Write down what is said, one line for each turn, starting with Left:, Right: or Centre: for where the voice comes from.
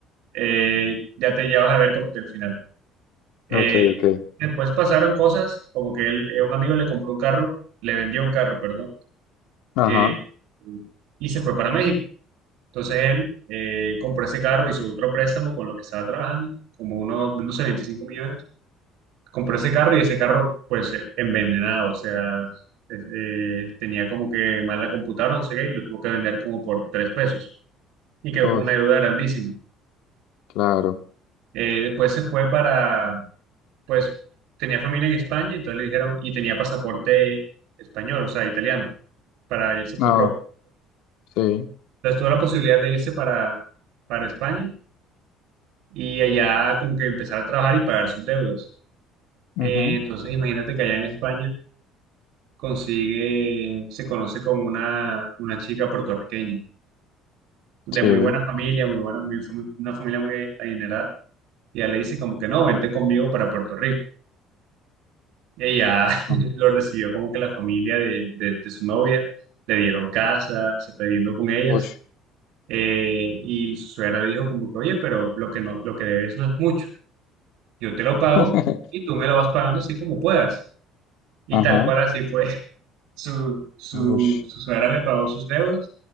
Right: eh, ya te ya vas a ver como que el final. Eh,
Left: ok, ok.
Right: después pasaron cosas como que él, eh, un amigo le compró un carro, le vendió un carro, perdón
Left: Ajá,
Right: que y se fue para México. Entonces él eh, compró ese carro, hizo otro préstamo con lo que estaba trabajando, como unos, no sé, 25 millones. Compró ese carro y ese carro, pues, eh, envenenado, o sea, es- eh, tenía como que mal la computadora, no sé qué, y lo tuvo que vender como por tres pesos. Y quedó
Left: uy,
Right: con una deuda grandísima.
Left: claro.
Right: Eh, después se fue para, pues, tenía familia en España, entonces le dijeron, y tenía pasaporte español, o sea, italiano, para irse por
Left: Ah,
Right: Europa.
Left: sí,
Right: Entonces tuvo la posibilidad de irse para, para España y allá como que empezar a trabajar y pagar sus deudas. Eh,
Left: ujú,
Right: entonces imagínate que allá en España consigue, se conoce con una, una chica puertorriqueña de
Left: sí,
Right: muy buena familia, muy buena, muy fami- una familia muy adinerada. Y ella le dice como que no, vente conmigo para Puerto Rico. Ella <laughs>
Left: ah,
Right: lo recibió como que la familia de, de, de su novia, le dieron casa, se está viviendo con ellas.
Left: uy,
Right: eh, y su suegra le dijo como que, oye, pero lo que, no, lo que debes no es mucho Yo te lo pago
Left: <laughs>
Right: y tú me lo vas pagando así como puedas. Y
Left: ajá,
Right: tal cual así fue. <laughs> Su, su,
Left: uy,
Right: su suegra le pagó sus deudas